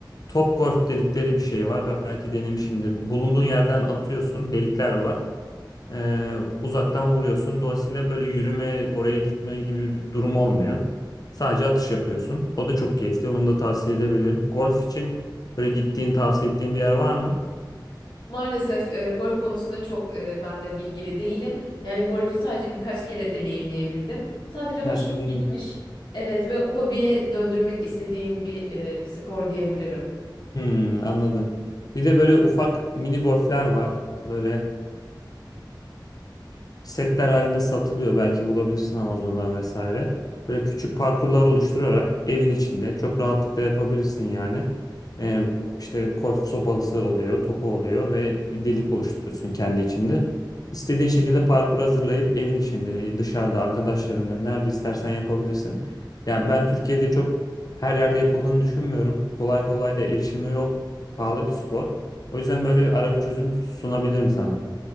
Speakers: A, on the left; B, on the left.
A: Top golf dedikleri bir şey var. Belki denemişsindir. Bulunduğun yerden atıyorsun. Delikler var. Ee, uzaktan vuruyorsun. Dolayısıyla böyle yürüme, oraya gitme gibi bir durum olmuyor. Sadece atış yapıyorsun. O da çok keyifli. Onu da tavsiye edebilirim. Golf için böyle gittiğin, tavsiye ettiğin bir yer var mı?
B: Maalesef e, golf konusunda çok e, ben de bilgili değilim. Yani golfi sadece birkaç kere deneyimleyebildim. Sadece hoşuma
A: Ya sen de-
B: gitmiş. Evet ve hobiye döndürmek istediğim bir e, spor diyebilirim.
A: Hmm, anladım. Bir de böyle ufak mini golfler var. Böyle setler halinde satılıyor. Belki bulabilirsin Amazon'dan vesaire. Böyle küçük parkurlar oluşturarak evin içinde çok rahatlıkla yapabilirsin yani. Ee, işte golf sopalısı oluyor, topu oluyor ve bir delik oluşturuyorsun kendi içinde. İstediğin şekilde parkur hazırlayıp evin içinde, dışarıda, arkadaşlarınla nerede istersen yapabilirsin. Yani ben Türkiye'de çok her yerde yapıldığını düşünmüyorum. Kolay kolay da erişimi yok. Pahalı bir spor. O yüzden böyle ara bir çözüm sunabilirim sana.